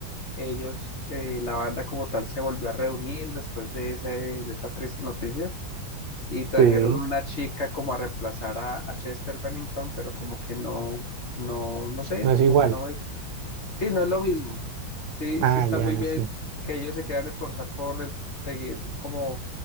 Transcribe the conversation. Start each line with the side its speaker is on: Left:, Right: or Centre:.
Left: ellos, eh, la banda como tal, se volvió a reunir después de, ese, de esa triste noticia y trajeron
Right: Sí.
Left: una chica como a reemplazar a, a Chester Bennington, pero como que no, no, no sé,
Right: No es
Left: como
Right: igual.
Left: que no, Sí, no es lo mismo. Sí,
Right: Ah,
Left: sí está
Right: ya,
Left: muy bien
Right: sí.
Left: que ellos se quieran esforzar por en- seguir como